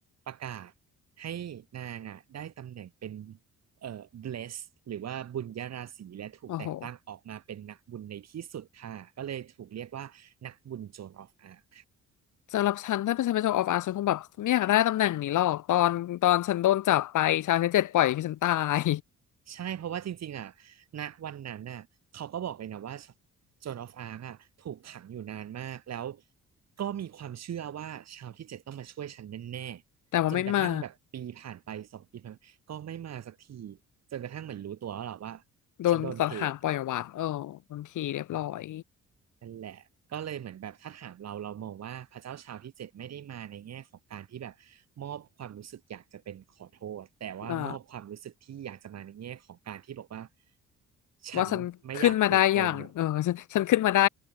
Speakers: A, on the right; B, on the left.
A: ประกาศให้นางอ่ะได้ตำแหน่งเป็นเอ่อ blessed หรือว่าบุญยราศีและถูกแต่งตั้งออกมาเป็นนักบุญในที่สุดค่ะก็เลยถูกเรียกว่านักบุญโจ
B: โอ้โห
A: a of Arc
B: สำหรับฉันถ้าเป็นฉันเป็นโจนออฟอาร์ฉันคงแบบไม่อยากได้ตำแหน่งนี้หรอกตอนตอนฉันโดนจับไปชาวนิเทศปล่อยให้ฉันตาย
A: ใช่เพราะว่าจริงๆอ่ะณวันนั้นน่ะเขาก็บอกเลยนะว่าโจนออฟอาร์กอ่ะถูกขังอยู่นานมากแล้วก็มีความเชื่อว่าชาวที่เจ็ดต้องมาช่วยฉันแน่ๆจนกระทั่งแบบปีผ่านไปสองปีผ่านไปก็ไม่มาสักที
B: แต่ว่าไม่มา
A: จนกระทั่งเหมือนรู้ตัวแล้วแหรอว่า
B: โดนตัดหางปล่อยวัดเออบางทีเรียบร้อย
A: ฉันโดนเทอ่ะ นั่นแหละก็เลยเหมือนแบบถ้าถามเราเรามองว่าพระเจ้าชาวที่เจ็ดไม่ได้มาในแง่ของการที่แบบมอบความรู้สึกอยากจะเป็นขอโทษแต่ว่ามอบความรู้สึกที่อยากจะมาในแง่ของการที่บอกว่า
B: อ่า
A: ฉันไม่อยากถูกโปรโมท
B: ว่าฉันขึ้นมาได้อย่างเออฉันฉันขึ้นมาได้